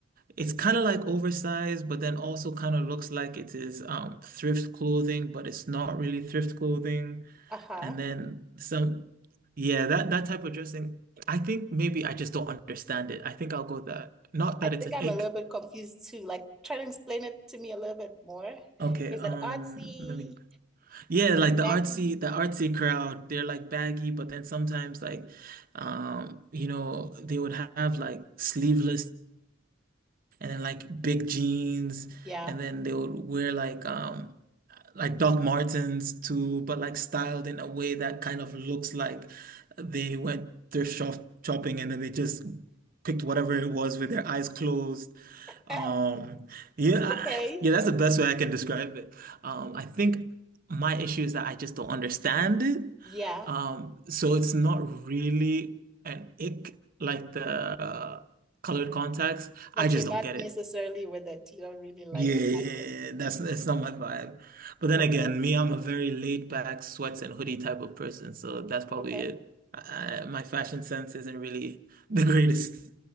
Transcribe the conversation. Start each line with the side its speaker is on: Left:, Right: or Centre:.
Right: it's kind of like oversized, but then also kind of looks like it is um thrift clothing, but it's not really thrift clothing.
Centre: Uh-huh.
Right: And then some, yeah, that that type of dressing. I think maybe I just don't understand it. I think I'll go with that. Not
Centre: I
Right: that
Centre: think
Right: it's an
Centre: I'm
Right: ick.
Centre: a little bit confused too. Like, try to explain it to me a little bit more.
Right: Okay,
Centre: Is
Right: um,
Centre: it artsy,
Right: let me, yeah, like the
Centre: baggy?
Right: artsy, the artsy crowd, they're like baggy, but then sometimes like, um, you know, they would have like sleeveless and then like big jeans,
Centre: Yeah.
Right: and then
Centre: <laughs>
Right: they would wear like um like Doc Martens too, but like styled in a way that kind of looks like they went thrift shop shopping and then they just picked whatever it was with their eyes closed. Um,
Centre: Oh,
Right: yeah, I,
Centre: Okay.
Right: yeah, that's the best way I can describe it. Um, I think my issue is that I just don't understand it.
Centre: Yeah.
Right: Um, so it's not really an ick like the colored contacts.
Centre: But
Right: I just
Centre: you're not
Right: don't get
Centre: necessarily
Right: it.
Centre: with it. You don't really like
Right: Yeah, yeah,
Centre: like it.
Right: yeah, that's that's not my vibe. But then
Centre: Okay.
Right: again, me, I'm a very laid back sweats and hoodie type of person, so that's probably
Centre: Okay.
Right: it. I, I- my fashion sense isn't really <laughs> the greatest.